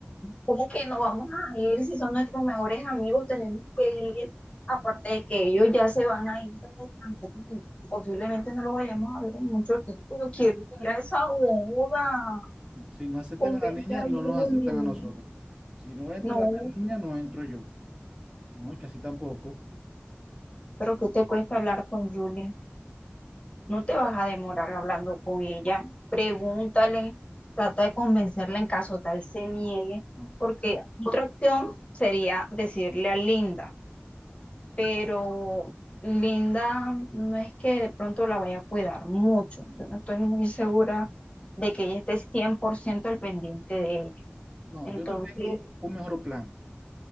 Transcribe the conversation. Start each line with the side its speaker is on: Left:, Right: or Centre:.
Left: ¿cómo que no
Right: No,
Left: vamos a ir si son nuestros mejores amigos? Tenemos que ir, aparte de que ellos ya se van a ir al extranjero y posiblemente no lo vayamos a ver en mucho tiempo. Yo quiero ir a esa boda.
Right: no. Si no aceptan
Left: Convence
Right: a la niña,
Left: a
Right: no nos
Left: Julie.
Right: aceptan a nosotros. Si no entra
Left: No,
Right: la niña, no entro yo. No, casi tampoco.
Left: pero ¿qué te cuesta hablar con Julie? No te vas a demorar hablando con ella. Pregúntale, trata de convencerla en caso tal se niegue,
Right: No,
Left: porque
Right: no, no,
Left: otra opción sería decirle a Linda, pero Linda no es que de pronto la vaya a cuidar mucho. Yo no estoy muy segura de que ella esté 100% al pendiente de ella.
Right: no,
Left: Entonces,
Right: yo te tengo un mejor plan.